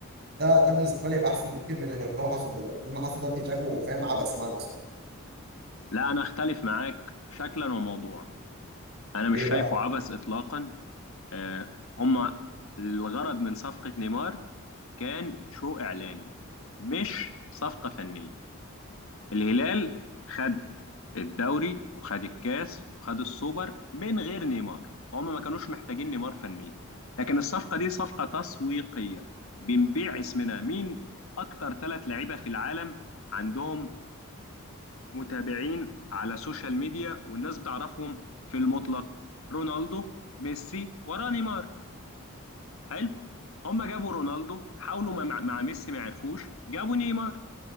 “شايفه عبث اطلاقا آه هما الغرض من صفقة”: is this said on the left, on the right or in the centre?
Left